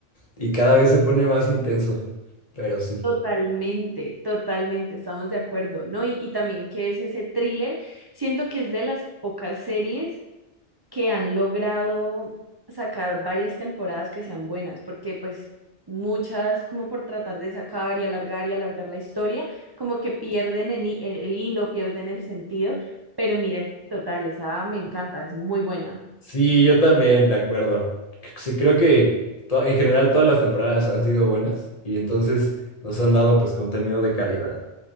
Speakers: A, on the left; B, on the right.
A: y cada vez se pone más intenso. Pero sí.
B: Totalmente, totalmente, estamos de acuerdo, ¿no? Y, y también que es ese thriller, siento que es de las pocas series que han logrado sacar varias temporadas que sean buenas, porque pues muchas como por tratar de sacar y alargar y alargar la historia, como que pierden en hi- el, el hilo, pierden el sentido, pero mira, total, esa me encanta, es muy buena.
A: Sí, yo también, de acuerdo. C- Sí, creo que to- en general todas las temporadas han sido buenas y entonces nos han dado pues contenido de calidad.